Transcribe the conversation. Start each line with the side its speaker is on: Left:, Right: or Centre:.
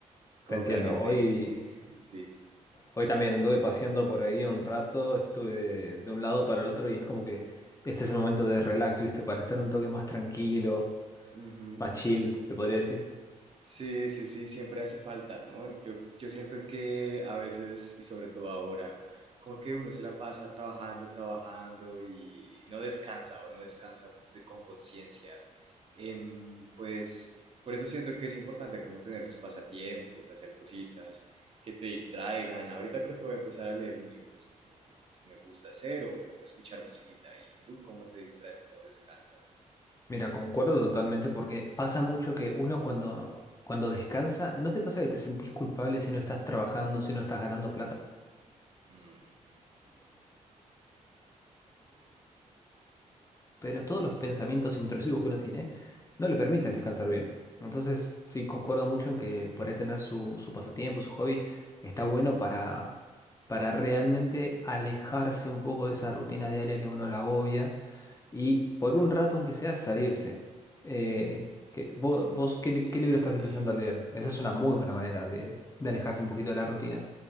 Right: con
Left: Te entiendo.
Right: ganas
Left: Hoy,
Right: de... <laughs>
Left: hoy también anduve paseando por ahí un rato, estuve de un lado para el otro y es como que este es el momento de relax, ¿viste? Para estar un toque más tranquilo,
Right: Sí.
Left: más chill, se podría decir.
Right: Sí, sí, sí, siempre hace falta, ¿no? Yo, yo siento que a veces, y sobre todo ahora, como que uno se la pasa trabajando, trabajando y no descansa o no descansa de- con conciencia. Em, pues por eso siento que es importante como tener sus pasatiempos, hacer cositas que te distraigan. Ahorita creo que voy a empezar a leer un libro, es como lo que me gusta hacer o escuchar musiquita. ¿Y tú cómo te distraes, cómo descansas?
Left: Mira, concuerdo totalmente porque pasa mucho que uno cuando, cuando descansa, ¿no te pasa que te sentís culpable si no estás trabajando, si no estás ganando
Right: Ujú,
Left: pero todos los pensamientos intrusivos que uno tiene no le permiten descansar bien. Entonces, sí, concuerdo mucho en que por ahí tener su, su pasatiempo, su hobby, está bueno para, para realmente alejarse un poco de esa rutina diaria que a uno la agobia y por un rato, aunque sea, salirse. Eh, que, vos,
Right: Sí,
Left: vos ¿qué,
Right: sí,
Left: li- qué libro estás
Right: sí.
Left: empezando a leer? Esa es una muy buena manera de, de alejarse un poquito de la rutina.